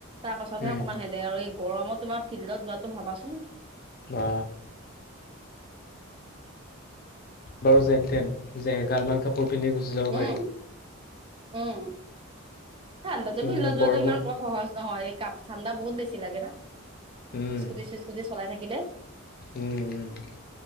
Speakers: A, on the right (about 25°); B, on the left (about 45°).
A: তাৰ পাছতহে
B: উম,
A: অকনমান হে আৰু এই গৰমত তোমাৰ ফিল্ডত যোৱাতটো ভাবাছোন।
B: বা বাৰু যেনতেন যে এগালমান কাপোৰ পিন্ধি গুচি যাব
A: উম
B: পাৰি।
A: উম, ঠাণ্ডাটো
B: তুমি
A: ফিল্ডত যোৱাটো
B: গৰমত
A: ইমান ক সহজ নহয় এই কাম। ঠাণ্ডা বহুত বেছি লাগে না
B: উম,
A: স্কুটি চিচস্কুটি চলাই থাকিলে।
B: উম, উম।